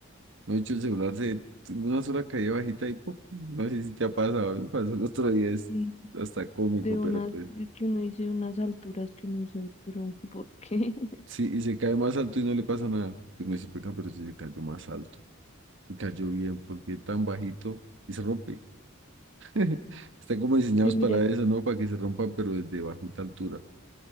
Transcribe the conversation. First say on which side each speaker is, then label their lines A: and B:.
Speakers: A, on the right (about 55°); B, on the left (about 30°).
A: no he hecho el celular se una sola caída bajita y ¡pum! No sé si te ha pasado, a mí me pasó el otro día, es
B: Sí,
A: hasta cómico,
B: de unas,
A: pero pues
B: de que uno dice unas alturas que uno dice, pero ¿por qué? <laughs>
A: sí, y se cae más alto y no le pasa nada. Y uno dice, "Venga, pero si se cayó más alto y cayó bien, porque tan bajito y se rompe? <laughs> Están como diseñados
B: Que mira,
A: para eso, ¿no? Para que se rompan, pero desde bajita altura.